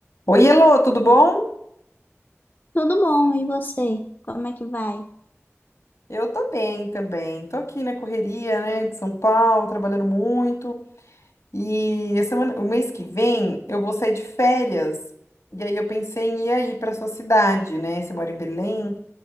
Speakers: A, on the left; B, on the left.
A: Oi, Elô, tudo bom?
B: Tudo bom, e você? Como é que vai?
A: Eu tô bem também. Tô aqui na correria, né, de São Paulo, trabalhando muito. E a semana, o mês que vem eu vou sair de férias. E aí eu pensei em ir aí para sua cidade, né? Você mora em Belém.